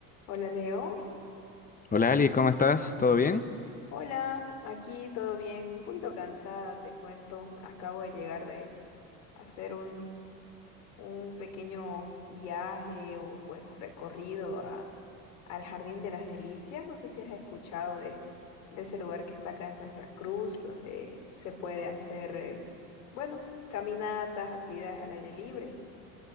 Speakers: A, on the left; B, on the left.
A: Hola Leo,
B: Hola Ali, ¿cómo estás? ¿Todo bien?
A: hola, aquí todo bien, un poquito cansada, te cuento, acabo de llegar de hacer un, un pequeño viaje o bueno, recorrido a, al Jardín de las Delicias, no sé si has escuchado de, de ese lugar que está acá en Santa Cruz, donde se puede hacer, eh, bueno, caminatas, actividades al aire libre.